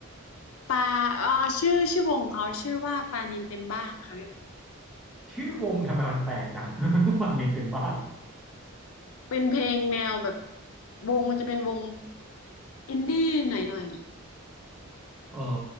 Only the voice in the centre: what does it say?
<laughs> ชื่อวงทำไมมันแปลกจัง <laughs> ปานินเต็มบ้าน
เออ